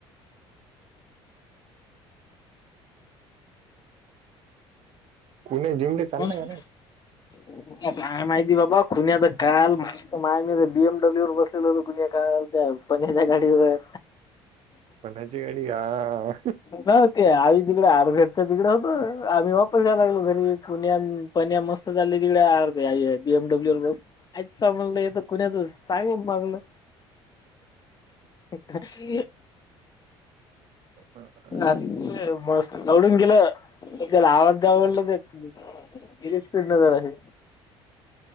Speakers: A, on the right; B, on the left.
A: कुणी जिमले चालला
B: कुण्या
A: का नाही
B: काय माहिती बाबा खुण्यात काल मस्त मा म बीएमडब्ल्यू वर बसलेल होत कुण्या काल काय पण त्या गाडीवर
A: कोणाची गाडी हा
B: ना ते आ तकडे आर्से तिकड होतं आम्ही वापस यायला लागलो घरी पुन पन मस्त चाललं तिकडे बीएमडब्ल्यू व आच स म्हणलं येत कुण्यात चांगलं मागलं एखादी
A: ह ह
B: मस्त आवडून गेलं त्याला आवाज द्या म्हणलं. इ स्पीड नजर आहे.